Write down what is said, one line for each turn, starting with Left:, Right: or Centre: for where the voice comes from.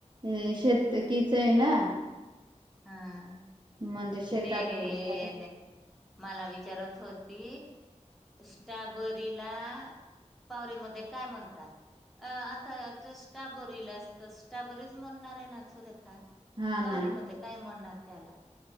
Right: ए शेत कीच ना
Centre: हा
Right: म्हणजे शेतात
Centre: ते. मला विचारत होती स्ट्रॉबरीला. पावरी मध्ये काय म्हणतात. अ आता स्ट्रॉबरीला असत स्ट्रॉबरीज म्हणणार आहे ना सुरेखा
Right: हा ना
Centre: पावरीमध्ये काय म्हणणार त्याला.